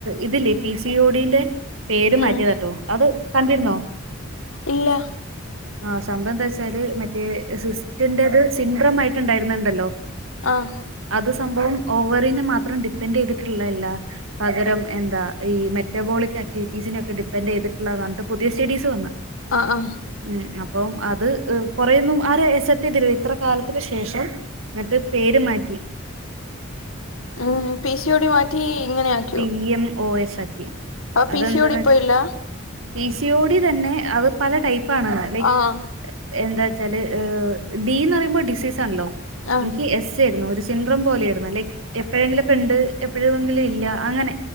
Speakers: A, on the right; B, on the left.
A: ഇതില്ലേ പി സി ഓഡിന്റെ പേര്
B: ഉം
A: മാറ്റിയത് ആട്ടോ അത് കണ്ടിരുന്നോ
B: ഇല്ല
A: ആഹ് സംഭവം എന്താവേച്ചാല് മറ്റേ സിസ്റ്റിന്റേത് സിൻഡ്രം ആയിട്ട് ആയിട്ടുണ്ടാരുന്നുണ്ടല്ലോ
B: ആഹ്
A: അത് സംഭവം ഓവറിന്ന് മാ അത്രം ഡിപ്പെൻഡറ്റ് ചെയ്തിട്ടുള്ളല്ല പകരം എന്താ ഈ മെറ്റാബോളിക് ആക്ടിവിറ്റീസിനെ ഒക്കെ ഡിപ്പെൻഡറ്റ് ചെയ്തിട്ടുള്ള ഏതാണ്ട് പുതിയ സിഡീസ് വന്നു
B: ആഹ് ആഹ്
A: ഉം അപ്പം അത് കൊറെയൊന്നും ആരെ അസെപ്റ്റ് ചെയ്തില്ല ഇത്ര കാലത്തിന് ശേഷം എന്നിട്ട് പേര് മാറ്റി
B: ആ പി സി ഓ ഡി മാറ്റി ഇങ്ങനെ ആക്കി
A: പി എം ഒ എസ് ആക്കി അതെന്താന്ന്
B: പി സി ഓടി ഇപ്പ
A: വെച്ചാ
B: ഇല്ല
A: പി സി ഓ ഡി തന്നെ അത് പല ടൈപ്പ് ആണ് ലൈക്ക്
B: ആഹ്
A: എന്താ വച്ചാല് ഡി എന്ന് പറയുമ്പോ ഡിസീസ് ആണല്ലോ
B: ആഹ്
A: എനിക്ക് എസ് ആയിരുന്നു ഒരു യന്ത്രം പോലെ ആയിരുന്നു ലൈക്ക് എപ്പോഴെങ്കിലും ഓക്കെ ഉണ്ട് എപ്പോഴെങ്കിലും ഒക്കെ ഇല്ല അങ്ങനെ